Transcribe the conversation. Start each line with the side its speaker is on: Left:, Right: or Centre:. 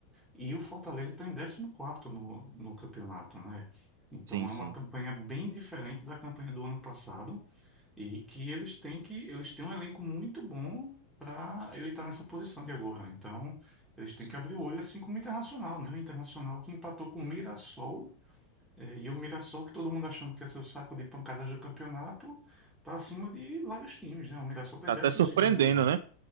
Centre: e o Fortaleza está em décimo quarto no, no campeonato, né? Então
Right: sim,
Centre: é
Right: sim,
Centre: uma campanha bem diferente da campanha do ano passado e que eles têm que eles têm um elenco muito bom para ele estar nessa posição de agora. Então eles têm
Right: sim.
Centre: que abrir o olho assim como o Internacional, né? O Internacional que empatou com o Mirassol é, e o Mirassol, que todo mundo achando que ia ser o saco de pancadas do campeonato, está acima de vários times, né? O Mirassol está
Right: Tá
Centre: em décimo
Right: até surpreendendo,
Centre: segundo lugar.
Right: né?